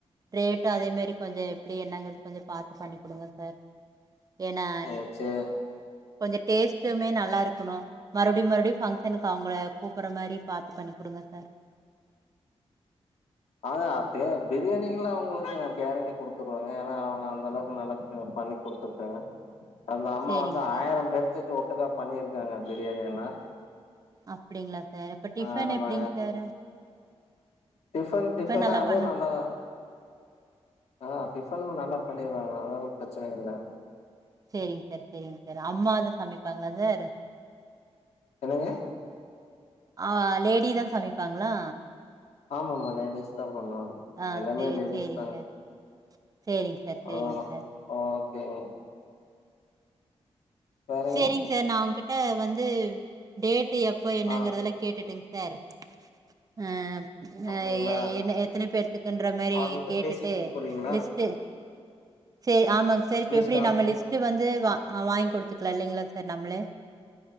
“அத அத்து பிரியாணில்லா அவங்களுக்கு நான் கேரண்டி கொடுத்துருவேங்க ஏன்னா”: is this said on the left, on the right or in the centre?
Left